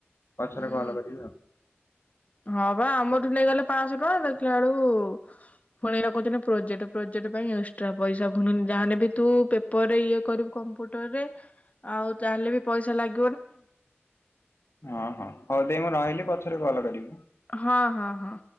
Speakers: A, on the left; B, on the left.
A: ପଛରେ
B: ଉଁ
A: କଲ କରିବି ଆଉ।
B: ହଁ ବା ଆମଠୁ ନେଇଗଲେ ପାଆଁଶହ ଟଙ୍କା ଦେଖିଲା ବେଳୁ ପୁଣି ରଖୁଛନ୍ତି ପ୍ରୋଜେଟ ପ୍ରୋଜେଟେ ପାଇଁ ଇ ଷ୍ଟ୍ରା ପଇସା ଭୁନି ଯାହାେ ବି ତୁ ପେପର ରେ ଇଏ କରିବୁ କମ୍ପୁଟରରେ। ଆଉ ତାହେଲେ ବି ପଇସା ଲାଗେ
A: ହଁ ହଁ ହଉ ଦେଇ ମୁଁ ରହିଲି ପଛରେ କଲ କରିବି।
B: ହଁ ହଁ ହଁ।